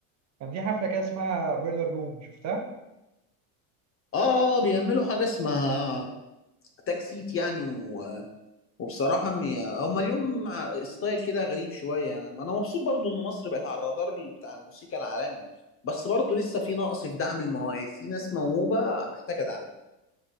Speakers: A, on the right; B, on the left.
A: كان في حفلة كده اسمها بويلر روم شفتها؟
B: اه آه، بيعملوا حاجه اسمها اتاك سيت يعني و... وبصراحه م- هما اليوم مع ستايل كده غريب شويه يعني انا مبسوط برضو ان مصر بقت على الرادار بتاع الموسيقى العالمي بس برضو لسه في نقص في دعم المواهب في ناس موهوبه محتاجه دعم